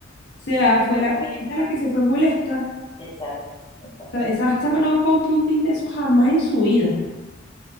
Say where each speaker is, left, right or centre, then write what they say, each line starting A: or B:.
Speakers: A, on the left; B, on the left.
A: sea, fue
B: Claro,
A: la cliente la que se fue molesta.
B: exacto, exacto.
A: O sea, esa chama no compra un tinte de eso jamás en su vida.